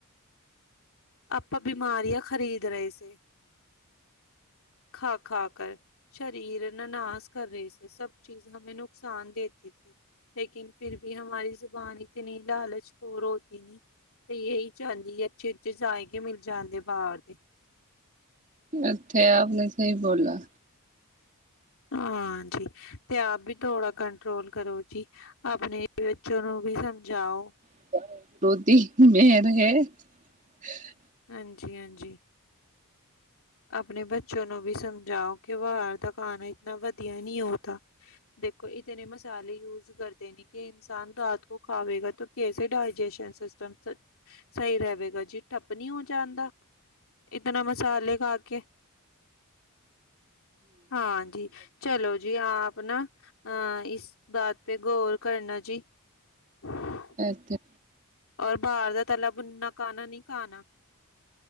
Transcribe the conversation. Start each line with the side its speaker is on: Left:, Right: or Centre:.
Left: ਆਪਾਂ ਬਿਮਾਰੀਆਂ ਖਰੀਦ ਰਹੇ ਸੀ ਖਾ ਖਾ ਕਰ ਸ਼ਰੀਰ ਨਾਸ ਕਰ ਰਹੇ ਸੀੇ ਸਭ ਚੀਜ਼ ਹਮੇ ਨੁਕਸਾਨ ਦੇਤੀ ਸੀ ਲੇਕਿਨ ਫਿਰ ਵੀ ਹਮਾਰੀ ਜ਼ੁਬਾਨ ਇਤਨੀ ਲਾਲਚ <unintelligible> ਤ <unintelligible>
Right: ਇੱਥੇ ਆਪ ਨੇ ਸਹੀ ਬੋਲਾ
Left: ਹਾਂ ਜੀ ਤੇ ਆਪ ਵੀ ਥੋੜਾ ਕੰਟਰੋਲ ਕਰੋ ਜੀ ਆਪਣੇ ਬੱਚਿਆਂ ਨੂੰ ਵੀ ਸਮਝਾਓ
Right: <unintelligible>
Left: ਹਾਂਜੀ ਹਾਂਜੀ ਆਪਣੇ ਬੱਚੋਂ ਨੂੰ ਵੀ ਸਮਝਾਓ ਕਿ ਬਾਰ ਦਾ ਖਾਣਾ ਇਤਨਾ ਵਧੀਆ ਨਹੀਂ ਹੋ ਤਾਂ ਦੇਖੋ ਇਤਨੇ ਮਸਾਲੇ ਯੂਜ ਕਰਦੇ ਨੇ ਕਿ ਇਨਸਾਨ ਰਾਤ ਕੋ ਖਾਵੇਗਾ ਤਾਂ ਕੈਸੇ ਡਾਇਜੇਸ਼ਨ ਸਿਸਟਮ ਸਹੀ ਰਹੇਗਾ ਜੀ ਠੱਪ ਨਹੀਂ ਹੋ ਜਾਂਣਦਾ ਇਤਨਾ ਮਸਾਲੇ ਖਾ ਕੇ ਹਾਂਜੀ ਚਲੋ ਜੀ ਆਪ ਨਾ ਹਾ ਇਸ ਬਾਤ ਪੇ ਗੌਰ ਕਰਨਾ ਜੀ <inaudible>
Right: ਅੱਛਾ
Left: ਔਰ ਬਾਹਰ ਦਾ ਤਾਲਾ ਬੁਨਾ ਖਾਣਾ ਨਹੀਂ ਖਾਣਾ